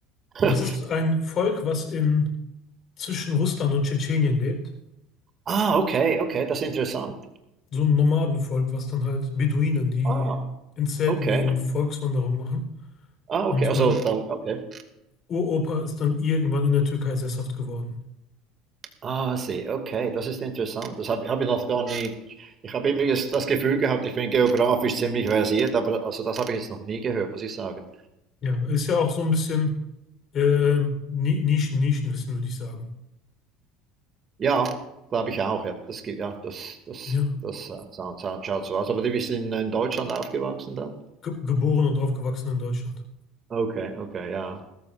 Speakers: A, on the left (about 45°); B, on the right (about 35°).
A: das
B: <laughs>
A: ist ein Volk, was in zwischen Russland und Tschetschenien lebt.
B: Ah, okay, okay, das ist interessant.
A: So ein Nomadenvolk, was dann halt Beduinen, die
B: Ah,
A: in Zelten
B: okay.
A: leben, Volkswanderung machen.
B: Ah,
A: Und
B: okay, also
A: mein
B: dann, okay.
A: Uropa ist dann irgendwann in der Türkei sesshaft geworden.
B: Ah, sie, okay, das ist interessant. Das habe hab ich noch gar nie. Ich habe irgendwie das das Gefühl gehabt, ich bin geografisch ziemlich versiert, aber also das habe ich jetzt noch nie gehört, muss ich sagen.
A: Ja, ist ja auch so ein bisschen ähm, Ni- Nischen, Nischenwissen, würde ich sagen.
B: Ja, glaube ich auch. Ja, das gibt, ja, das, das,
A: Ja,
B: das äh, sah- sah- schaut so aus. Aber die bist in, in Deutschland aufgewachsen dann?
A: Ge geboren und aufgewachsen in Deutschland.
B: Okay, okay, ja.